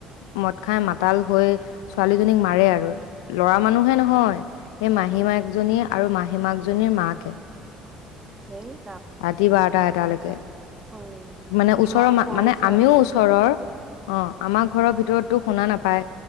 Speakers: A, on the left; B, on the right.
A: মদ খাই মাতাল হৈ ছোৱালীজনীক মাৰে আৰু লৰা মানুহে নহয় । সেই
B: উম
A: মাহী মা একজনী । আৰু মাহী মাকজনীৰ মাকে
B: হম ।
A: আতি পাঠ এতালকে ।
B: উম
A: মানে ওচৰৰ
B: ইমান সৰু
A: মানে
B: ছোৱালীজনী
A: আমিও ওচৰৰ অ আমাৰ ঘৰৰ ভিতৰত টো শুনা নাপায়